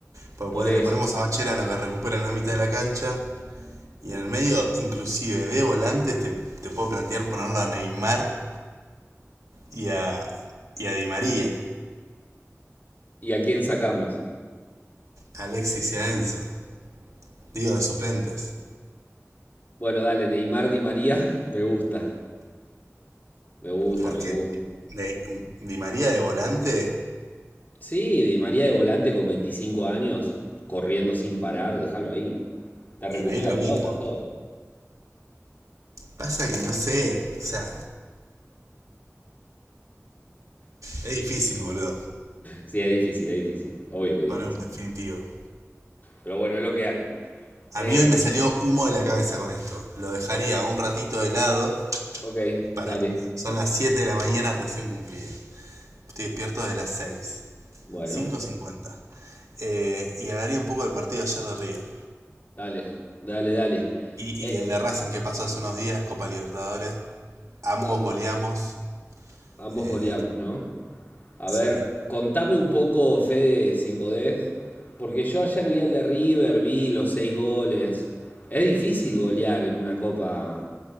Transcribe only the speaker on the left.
Por
eso.
¿Y a quién sacamos?
Bueno, dale, Neymar Di María. <laughs> Me gusta, me gusta,
me gusta.
Sí, Di María de volante con 25 años, corriendo sin parar, déjalo ahí. Te recupera
pelotas,
todo.
Sí, es difícil, es difícil. Obvio que
es difícil.
Pero bueno, es lo que hay.
Eh,
ok,
dale.
Bueno,
dale, dale, dale.
Eh,
dale.
Ambos
goleamos, ¿no? A
ver, contame un poco, Fede, si podés, porque yo ayer vi el de River, vi los seis goles. Es difícil golear en una copa,